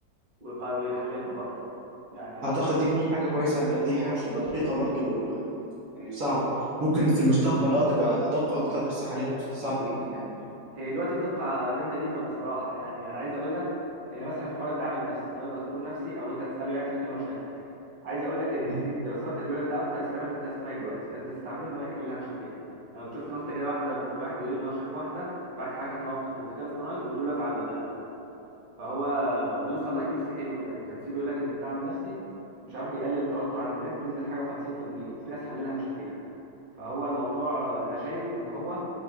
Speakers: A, on the right; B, on the right.
A: ويق- ويحللها برضه يعني
B: اعتقد دي مش حاجة كويسة ان دي حاجة مش تبقى دقيقة برضو يعني صعب ممكن في المستقبل اه تبقى ادق اكتر بس حاليا مست- صعب جدا يعني
A: هي دلوقتي الدقة جامدة جدا بصراحة يعني أنا عايز أقول لك إن مثلا في حوار الدعم النفسي إن هو يبقى دكتور نفسي أو إن أنت تسأله يعني تحكي له مشاكلك عايز أقول لك إن
B: م-
A: في دراسات اللي بيقول لك ده أكتر استعمال للذكاء الاصطناعي دلوقتي الناس بتستعمله إن هو يحل لها مشاكلها أنا كنت شفت نكتة كده واحدة بت... واحد بيقول إن هو شاف واحدة راحت حكت موقف للذكاء الاصطناعي وبتقول له أزعل ولا لأ فهو وبيوصل لأكيورسي حلوة يعني كان في بيقول لك إن في الدعم النفسي مش عارف بيقلل التوتر عند الناس بنسبة حاجة و50% وفي ناس حللها مشاكلها فهو الموضوع انا شايف ان هو